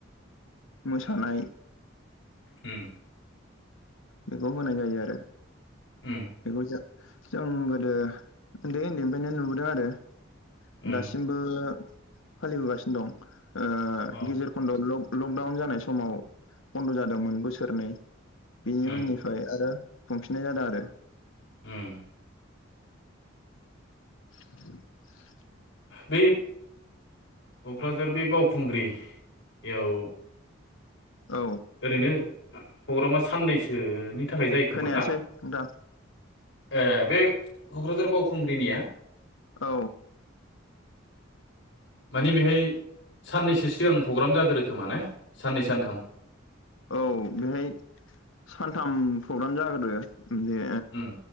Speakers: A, on the left (about 80°); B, on the left (about 60°).
A: मोसानाय
B: उम
A: बेखौ होनाय जायो आरो
B: उम
A: बेखौ जा जों गोदो उन्दै उन्दैनिफ्रायनो नुबोदों आरो
B: उम
A: दासिमबो फालिबोगासिनो दं ओ
B: औ
A: गेजेर खन्द' लक लकडाउन जानाय समाव बन्द' जादोंमोन बोसोरनै बेनि
B: उम
A: उननिफ्राय आरो खुफिननाय जादों आरो
B: उम
A: <inaudible>
B: बे क'क्राझार बे बावखुंग्रियाव
A: औ
B: ओरैनो प्रग्रामा साननैसो नि थाखाय जायो खोमा
A: खोनायासै
B: ना
A: नोंथां
B: ए बे क'क्राझार बावखुंग्रिनिया
A: औ
B: माने बेहाय साननैसो सिगांं प्रग्राम जाग्रोयोखोमा ना साननै सानथाम
A: औ बेहाय सानथाम प्रग्राम जाग्रोयो <unintelligible> बे
B: उम